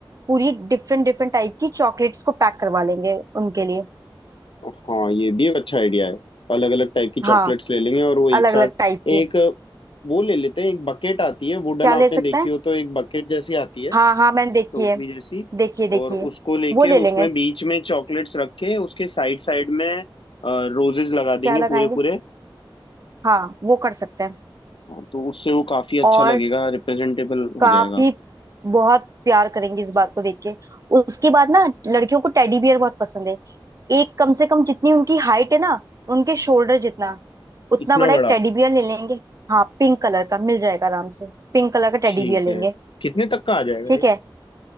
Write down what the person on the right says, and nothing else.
पूरी डिफरेंट डिफरेंट टाइप की चॉकलेट्स को पैक करवा लेंगे उनके लिए
हाँ
अलग
अलग टाइप
की
क्या
ले सकते
हैं
हाँ हाँ मैंने देखी
है
देखिए देखिए
वो ले लेंगे
क्या लगाएंगे
हाँ वो कर सकते हैं
और
काफी
बहुत प्यार करेंगे इस बात को देख के उसके बाद ना लड़कियों को टेडी बियर बहुत पसंद है एक कम से कम जितनी उनकी हाइट है ना उनके शोल्डर जितना उतना
बड़ा
एक टेडी बियर ले लेंगे हाँ पिंक कलर का मिल जाएगा आराम से पिंक कलर का टेडी
बियर लेंगे
ठीक
है